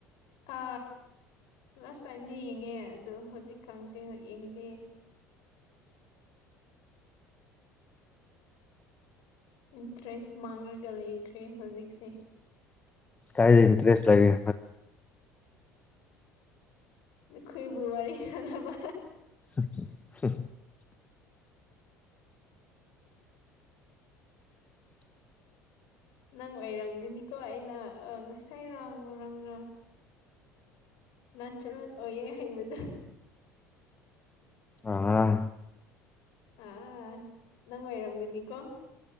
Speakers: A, on the left; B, on the left.
A: ꯑ ꯂꯥꯁ ꯇꯥꯏꯝꯗꯤ ꯌꯦꯡꯉꯦ ꯑꯗ ꯍꯧꯖꯤꯛ ꯈꯪꯁꯦ ꯍ ꯌꯦꯡꯗꯦ ꯏꯟꯇꯔꯦꯁ ꯃꯥꯡꯂꯒ ꯂꯩꯈ꯭ꯔꯦ ꯍꯧꯖꯤꯛꯁꯦ
B: ꯀꯥꯏ ꯏꯟꯇꯔꯦꯁ ꯂꯦ
A: ꯅꯈꯣꯏꯕꯨ ꯄꯨꯋꯥ ꯋꯥꯔꯤꯔꯤ ꯁꯗꯅꯕ
B: <inaudible>
A: ꯅꯪ ꯑꯣꯏꯔꯝꯒꯅꯤꯀꯣ ꯑꯩꯅ ꯉꯁꯥꯏꯔ ꯉꯔꯥꯡꯒ ꯅꯥꯟ ꯆꯂꯌꯦꯦ ꯍꯩꯕꯗ
B: ꯑꯥ
A: ꯑ ꯅꯪ ꯑꯣꯏꯔꯒꯅꯤꯀꯣ